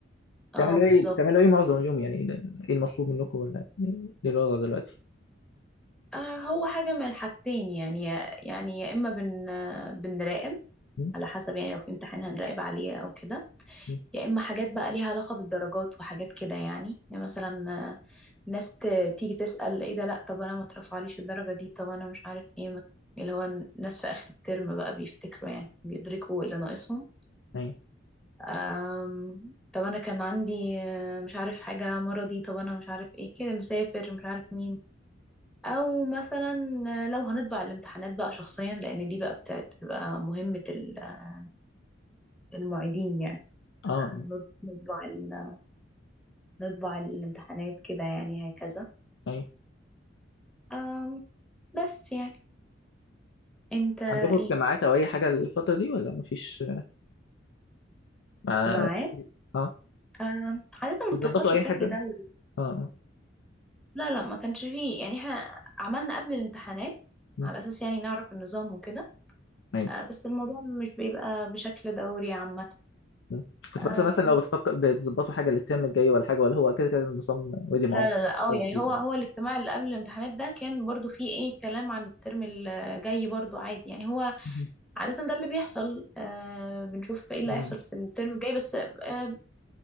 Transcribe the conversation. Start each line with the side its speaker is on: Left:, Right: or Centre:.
Centre: اه
Left: بتعملوا
Centre: بالظبط
Left: ايه بتعملوا ايه معظم اليوم يعني ايه المطلوب منكم ولا ايه الوضع دلوقتي
Centre: آه هو حاجة من الحاجتين يعني يا- يعني يا إما بن آه، بنراقب
Left: م?
Centre: على حسب يعني لو في امتحان هنراقب عليه أو كده
Left: م.
Centre: يا إما حاجات بقى ليها علاقة بالدرجات وحاجات كده يعني يعني مثلا ناس ت- تيجي تسأل ايه ده لا طب انا ما اترفعليش الدرجة دي طب انا مش عارف ايه ما- اللي هو الناس في اخر الترم بقى بيفتكروا يعني بيدركوا اللي ناقصهم
Left: ايه
Centre: أم... طب انا كان عندي آه، مش عارف حاجة مرضي طب انا مش عارف ايه كده مسافر مش عارف مين او مثلا آه، لو هنطبع الامتحانات بقى شخصيا لان دي بقى بتاعت- بتبقى مهمة ال- آه، المعيدين يعني
Left: اه
Centre: آه، نط- نطبع ال- نطبع الامتحانات كده يعني هكذا
Left: ايه
Centre: أم... بس يعني انت
Left: عندكم اجتماعات
Centre: ايه
Left: او اي حاجه الفتره دي ولا مفيش ما
Centre: انت معايا
Left: اه
Centre: آم، عادة ما
Left: بتظبطوا
Centre: بتحصلش
Left: اي
Centre: بشكل
Left: حاجه
Centre: دوري
Left: اه اه
Centre: لا لا ما كانش فيه يعني احنا عملنا قبل الامتحانات
Left: م.
Centre: على أساس يعني نعرف النظام وكده
Left: ايه
Centre: آه، بس الموضوع مش بيبقى بشكل دوري عامة
Left: م. كنت
Centre: آم،
Left: بحسب مثلا لو بتفكر بتظبطوا حاجه للترم الجاي ولا حاجه ولا هو كده كده النظام ودي
Centre: لا
Left: معاكم
Centre: لا لا اه
Left: حاجة
Centre: يعني
Left: جديدة.
Centre: هو هو الاجتماع اللي قبل الامتحانات ده كان برضو فيه ايه كلام عن الترم الجاي برضو عادي يعني هو
Left: م.
Centre: عادة ده اللي بيحصل آه بنشوف ايه اللي
Left: م.
Centre: هيحصل في الترم الجاي بس آه